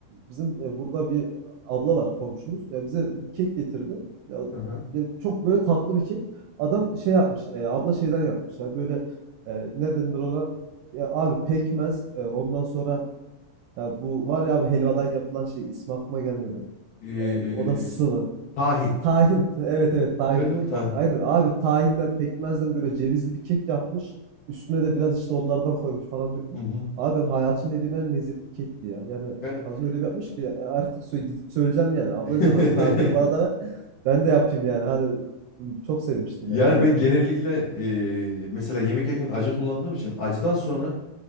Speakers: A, on the right; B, on the left.
A: bizim e, burada bir abla var komşumuz. Ya bize bir kek getirdi. Ya,
B: hı hı.
A: ya çok böyle tatlı bir kek. Adam şey yapmış, e, abla şeyden yapmış yani böyle e, ne denir ona? Ya abi pekmez e, ondan sonra ya bu var ya abi helvadan yapılan şey ismi aklıma gelmedi.
B: Ee,
A: E, o da sıvı.
B: Tahin.
A: Tahin. Evet evet tahin.
B: Evet evet tahin.
A: Aynen abi tahinden pekmezden böyle cevizli bir kek yapmış. Üstüne de biraz işte onlardan koymuş falan dökmüş.
B: Hı hı.
A: Abi ben hayatımda yediğim en lezzetli kekti ya. Yani
B: Yani
A: kadın öyle bir yapmış ki ya artık sö- gidip söyleyeceğim yani. Abla
B: <laughs>
A: diyeceğim hani tarifi bana da ver. <laughs> Ben de yapayım yani. Hani çok sevmiştim
B: Yani
A: yani öyle diyeyim.
B: ben genellikle e, mesela yemek yerken acı kullandığım için acıdan sonra